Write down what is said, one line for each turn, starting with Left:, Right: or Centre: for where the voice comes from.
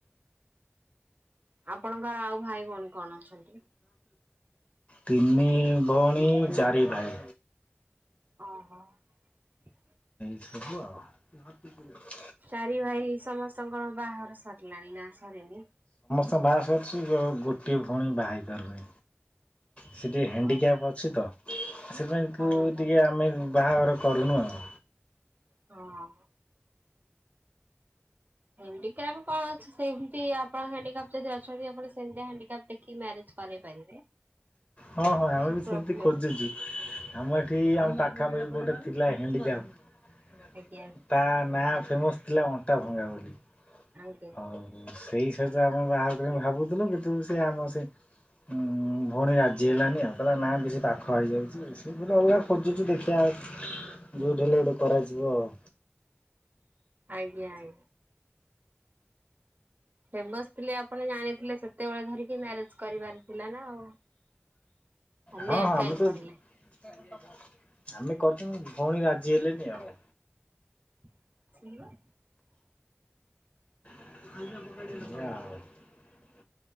Right: ଆପଣଙ୍କର ଆଉ ଭାଇ କଣ ଅଛନ୍ତି?
Left: ତିନି ଭଉଣୀ ଚାରି ଭାଇ।
Right: ଓ ହୋ। <inaudible>
Left: <unintelligible>
Right: ଚାରି ଭାଇ ସମସ୍ତଙ୍କ କଣ ବାହଘର ସରିଲାଣି ନା ସରିନି?
Left: ହଁ ବାହାଘର ସରିଛି ଗୋଟିଏ ଭଉଣୀ ବାହା ହେଇ ପାରୁନି। ସେ ଟିକେ ହ୍ୟାଣ୍ଡିକ୍ୟାପ୍
Right: ଓହୋ
Left: ଅଛି ତ ସେ ପାଇଁ
Right: ଓହୋ।
Left: ଟିକେ ଆମେ। ବାହାଘର କରୁନୁ ଆଉ।
Right: ହଁ। ହ୍ୟାଣ୍ଡିକାପ କଣ ଅଛି ସେମତି ଆପଣ ହାଣ୍ଡିକାପ୍ ଯଦି ଅଛନ୍ତି ଆପଣ ସେ ସେମତି ହ୍ୟଣ୍ଡିକାପ ଦେଖି ମ୍ୟାରେଜ କରେଇ ପାରିବେ।
Left: ହଁ ହଁ
Right: କିଛି
Left: ଆମେ ବି ସେମିତି
Right: ପ୍ରୋବ୍ଲେମ୍
Left: ଖୋଜୁଛୁ ଆମ ଏଠି ଆମ ପା ପାଖାପାଖି ଗୋଟେ ଥିଲା ହ୍ୟାଣ୍ଡିକାପ୍ <inaudible>
Right: ଆଜ୍ଞା
Left: ତା ନା ଫେମସ୍ ଥିଲା ଅଣ୍ଟା ଭଙ୍ଗା ବୋଲି।
Right: ଆଜ୍ଞା
Left: ହଉ ସେଇ ସହିତ ଆମେ ବାହାର କରି ଭାବୁଥିଲୁ କିନ୍ତୁ ସେ ଆମ ସେ ଉଁ ଭଉଣୀ ରାଜି ହେଲାନି ଆଉ ତା ନା ବେଶୀ ପାଖ ହେଇଯାଉଛି ସେ ଅଲଗା ଖୋଜୁଛି ଦେଖ ଯଉଠି ହେଲେ ଗୋଟେ କରାଯିବ ଆଉ।
Right: ଆଜ୍ଞା ଆଜ୍ଞା। ଫେମସ ଥିଲେ ଆପଣ ଜାଣିଥିଲେ ସେତେବେଳେ ଧରିକି ମ୍ୟାରେଜ କରିବାର ଥିଲା ନା ଆଉ।
Left: ହଁ
Right: ଲେଟ୍
Left: ହଁ
Right: କାହିଁ
Left: ଆମେ ତ
Right: କରିଲେ
Left: <inaudible> ଆମେ କରଛୁ ଭଉଣୀ ରାଜି ହେଲେନି ଆଉ।
Right: <unintelligible>
Left: <unintelligible>